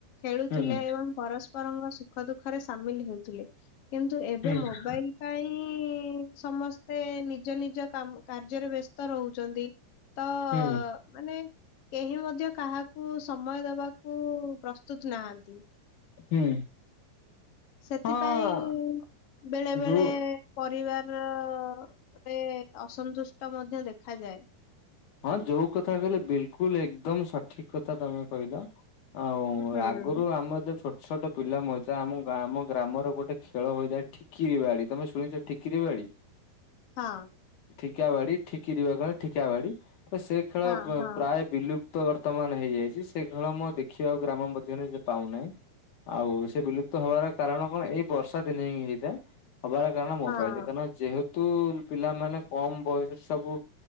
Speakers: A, on the left; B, on the left.
A: ଖେଳୁଥିଲେ
B: ହୁଁ
A: ଏବଂ ପରସ୍ପରଙ୍କ ସୁଖ ଦୁଃଖରେ ସାମିଲ ହେଉଥିଲେ। କିନ୍ତୁ ଏବେ
B: ହୁଁ
A: ମୋବାଇଲ ପାଇଁ ସମସ୍ତେ ନିଜ ନିଜ କାମ କାର୍ଯ୍ୟରେ ବ୍ୟସ୍ତ ରହୁଚନ୍ତି। ତ
B: ହୁଁ
A: ମାନେ କେହି ମଧ୍ୟ କାହାକୁ ସମୟ ଦବା କୁ ପ୍ରସ୍ତୁତ ନାହାଁନ୍ତି।
B: ହୁଁ
A: ସେଥିପାଇଁ
B: ହଁ
A: ବେଳେ ବେଳେ
B: ଯୋଉ
A: ପରିବାରରେ ଅସନ୍ତୁଷ୍ଟ ମଧ୍ୟ ଦେଖାଯାଏ।
B: ହଁ ଯୋଉ କଥା କହିଲେ ବିଲକୁଲ ଏକଦମ ସଠିକ କଥା ତମେ କହିଲ। ଆଉ
A: ହୁଁ
B: ଆଗୁରୁ ଆମ ଯେତେ ଛୋଟ ଛୋଟ ଛୋଟ ପିଲା ମଜା ଆମ ଗ୍ରା ଆମ ଗ୍ରାମର ଗୋଟେ ଖେଳ ହୋଇଥାଏ ଠି କିରି ବାଡି, ତମେ ଶୁଣିଛ ଠିକିରି ବାଡି?
A: ହଁ।
B: ଠିକା ବାଡି ଠିକିରିି ବା ଖେ ଠିକା ବାଡି ତ ସେ ଖେଳ
A: ହଁ
B: ପ-ପ୍ରାୟେ
A: ହଁ
B: ବିଲୁ ପ୍ତ ବର୍ତ୍ତମାନ ହେଇଯାଇଚି ସେ ଖେଳ ମୁଁ ଆଉ ଦେଖିବାକୁ ଗ୍ରାମ ମଧ୍ୟରେ ପାଉନାଇଁ। ଆଉ ସେ ବିଲୁପ୍ତ ହବାର କାରଣ କଣ ଏଇ ବର୍ଷା ଦିନେ ହିଁ ହେଇଥାଏ ହବାର କାରଣ ମୋବାଇଲ
A: ହଁ
B: <unintelligible> ଯେହେତୁ ପିଲାମାନେ କମ ବୟସରେ ସବୁ